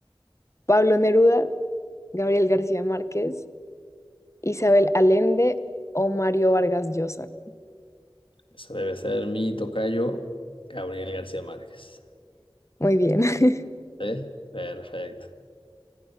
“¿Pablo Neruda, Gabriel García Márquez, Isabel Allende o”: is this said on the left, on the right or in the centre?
Left